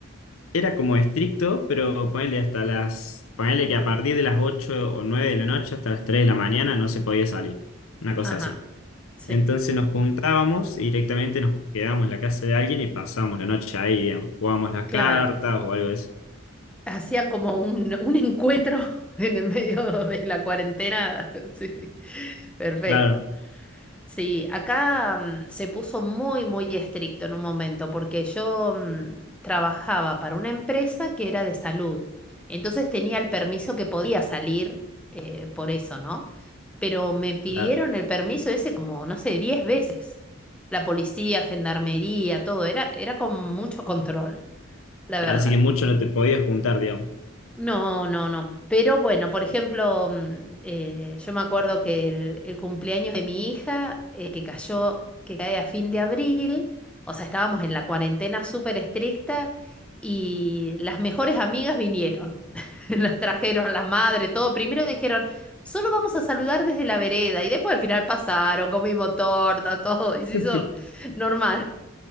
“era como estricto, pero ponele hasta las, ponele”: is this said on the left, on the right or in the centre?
Left